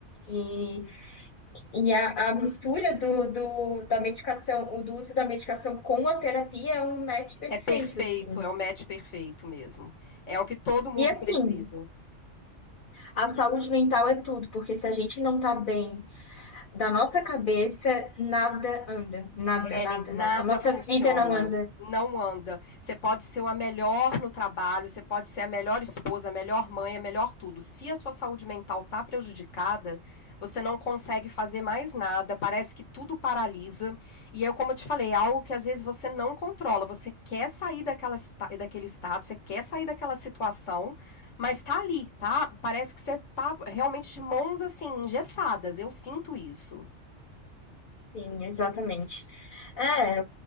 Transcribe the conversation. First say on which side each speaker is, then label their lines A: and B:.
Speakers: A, on the left; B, on the left.
A: e, e a, a mistura do, do, da medicação, o do uso da medicação com a terapia é um match perfeito,
B: É perfeito,
A: assim.
B: é o match perfeito mesmo. É o que todo mundo
A: E assim,
B: precisa.
A: a saúde mental é tudo, porque se a gente não tá bem da nossa cabeça, nada anda, nada,
B: Ellen,
A: nada,
B: nada
A: nada. A nossa
B: funciona.
A: vida não anda.
B: Não anda. Você pode ser a melhor no trabalho, você pode ser a melhor esposa, a melhor mãe, a melhor tudo. Se a sua saúde mental tá prejudicada, você não consegue fazer mais nada, parece que tudo paralisa. E é como eu te falei, é algo que às vezes você não controla. Você quer sair daquela, daquele estado, você quer sair daquela situação, mas tá ali, tá? Parece que você tá realmente de mãos assim, engessadas. Eu sinto isso.
A: Sim, exatamente. É,